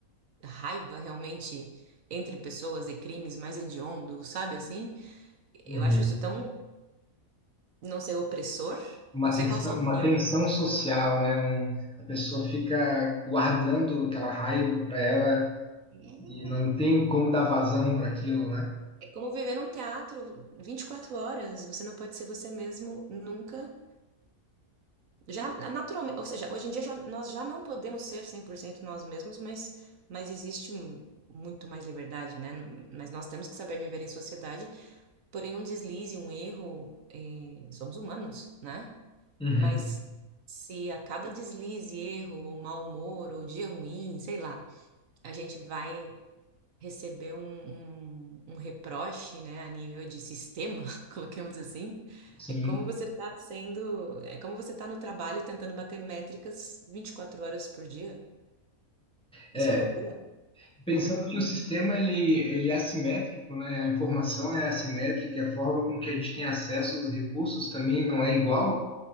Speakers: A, on the right (about 65°); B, in the centre.
A: raiva realmente entre pessoas e crimes mais hediondos, sabe assim?
B: uhum.
A: Eu acho isso tão, não sei, opressor.
B: uma
A: Não sei
B: tensão,
A: qual a sua
B: uma
A: opinião.
B: tensão social, né? Um, a pessoa fica guardando aquela raiva para ela
A: É.
B: e não tem como dar vazão para aquilo, né?
A: É como viver num teatro 24 horas. Você não pode ser você mesmo nunca. Já naturalmente, ou seja, hoje em dia já- nós já não podemos ser 100% nós mesmos, mas, mas existe um- muito mais liberdade, né? N- Mas nós temos que saber viver em sociedade, porém um deslize, um erro, eh, somos humanos, né?
B: Uhum.
A: Mas se a cada deslize, erro, ou mau humor, ou dia ruim, sei lá, a gente vai recebeu um, um, um reproche, né, a nível de sistema, <laughs> coloquemos assim,
B: Sim.
A: é como você está sendo, é como você está no trabalho tentando bater métricas 24 horas por dia.
B: É,
A: Isso é loucura.
B: pensando que o sistema ele, ele é assimétrico, né? A informação é assimétrica, a forma com que a gente tem acesso aos recursos também não é igual.